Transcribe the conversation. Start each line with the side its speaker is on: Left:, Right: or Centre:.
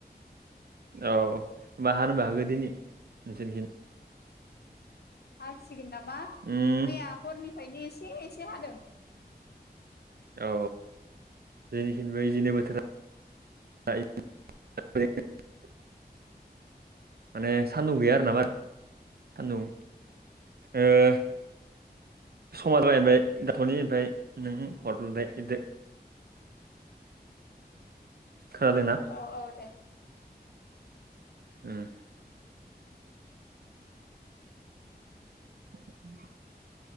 Right: औ अमबा हानोबो हागौ नोंसोरनिथि।
Left: हासिगोन नामा,
Right: उम
Left: मैया हरनिफ्रायनो एसे एसे हादों।
Right: औ जेनिखिनि बे बिदिनो बोथोरा <unintelligible> माने सान्दुं गैया आरोना बारा सान्दुं ओ समाजायबाय दाथ'नि ओमफ्राय नों हर लिरदो खोनादोंना?
Left: औ औ दे।
Right: उम। <inaudible>